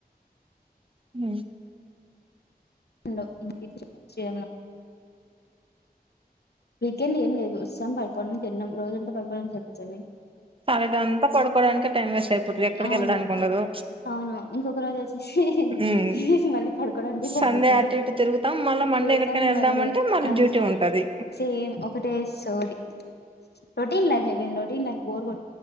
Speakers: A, on the right; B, on the left.
A: హ్
B: <unintelligible> వీకెండ్ ఏం లేదు వస్తాం పడుకోడం తిన్నాం రోజంతా పడుకోడానిక్ సరిపోతది.
A: సాటర్డే అంతా పడుకోవడానికే టైం వేస్ట్ అయిపోతది ఎక్కడికి
B: అవును
A: వెళ్ళడానికి ఉండదు
B: అవును ఇంకొక రోజు వచ్చేసి
A: ఉమ్
B: తినేసి మళ్ళీ పడుకోడానికే సరిపోద్
A: సండే అటు ఇటు తిరుగుతాం మళ్ళా మండే
B: చేద్దాం
A: ఎక్కడికైనా వెళ్దామంటే
B: మళ్ళీ అంతే
A: డ్యూటీ ఉంటది
B: సేమ్ ఒకటే సోది రొటీన్ లైఫ్ అయిపోయింది. రొటీన్ లైఫ్ బోర్ కొ